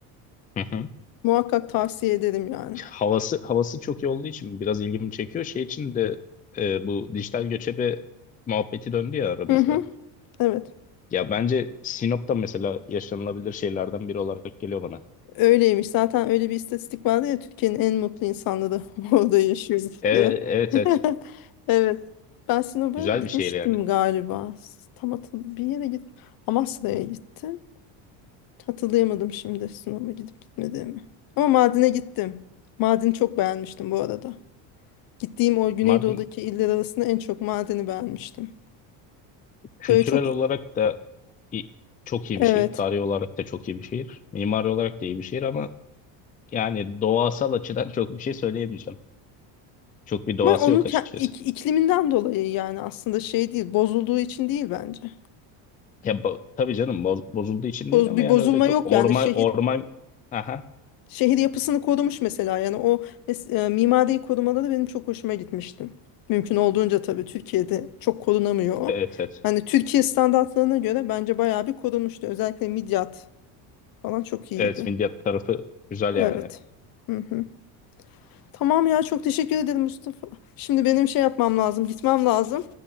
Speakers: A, on the left; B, on the left.
A: <laughs>
B: Muhakkak tavsiye ederim yani.
A: havası havası çok iyi olduğu için biraz ilgimi çekiyor. Şey için de e, bu dijital göçebe muhabbeti döndü ya aramızda.
B: Hı hı. Evet.
A: Ya bence Sinop'ta mesela yaşanılabilir şeylerden biri olarak geliyor bana.
B: Öyleymiş. Zaten öyle bir istatistik vardı ya Türkiye'nin en mutlu insanları <laughs> orada yaşıyormuş
A: E,
B: diye.
A: evet
B: <laughs>
A: evet.
B: Evet. Ben Sinop'a
A: Güzel
B: gitmiştim
A: bir şehir yani.
B: galiba. Tam hatırlı bir yere git. Amasra'ya gittim. Hatırlayamadım şimdi Sinop'a gidip gitmediğimi. Ama Mardin'e gittim. Mardin'i çok beğenmiştim bu arada. Gittiğim o Güneydoğu'daki
A: Mardin
B: iller arasında en çok Mardin'i beğenmiştim.
A: kültürel
B: Böyle çok
A: olarak da i- çok iyi
B: evet.
A: bir şehir. Tarihi olarak da çok iyi bir şehir. Mimari olarak da iyi bir şehir ama yani doğasal açıdan <laughs> çok bir şey söyleyemeyeceğim. Çok bir doğası
B: Ama onun
A: yok
B: ke-
A: açıkçası.
B: ik- ikliminden dolayı yani aslında şey değil, bozulduğu için değil bence.
A: Ya, bo- tabii canım boz- bozulduğu için
B: Boz-
A: değil ama
B: bir
A: yani
B: bozulma
A: öyle çok
B: yok
A: orman
B: yani şehir
A: orman Aha.
B: şehir yapısını korumuş mesela yani o mes- e, mimariyi korumaları benim çok hoşuma gitmişti. Mümkün olduğunca tabii Türkiye'de çok korunamıyor o.
A: Evet evet.
B: Hani Türkiye standartlarına göre bence bayağı bir korunmuştu. Özellikle Midyat falan çok iyiydi.
A: Evet milliyet tarafı güzel
B: Evet.
A: yani.
B: Hı hı. Tamam ya çok teşekkür ederim Mustafa. Şimdi benim şey yapmam lazım, gitmem lazım.